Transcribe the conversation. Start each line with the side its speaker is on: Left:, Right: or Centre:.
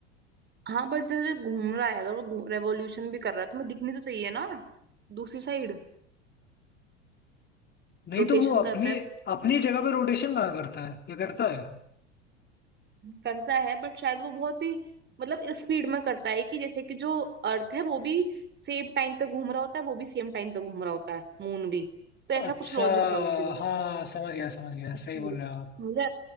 Right: हाँ बट जैसे घूम रहा है अगर वो रेवोल्यूशन भी कर रहा है तो मैं दिखनी तो चाहिए ना दूसरी साइड
Left: नहीं
Right: रोटेशन
Left: तो वो अपनी
Right: करता है
Left: अपनी जगह पे रोटेशन कहाँ करता है ये करता है
Right: करता है बट शायद वो बहुत ही मतलब स्पीड में करता है कि जैसे कि जो अर्थ है वो भी सेम टाइम पे घूम रहा होता है वो भी सेम टाइम पे घूम रहा होता है मून भी तो ऐसा
Left: अच्छा
Right: कुछ लॉजिक था उसके अंदर
Left: हाँ समझ गया समझ गया
Right: Speed.
Left: सही बोल रहे हो आप
Right: मुझे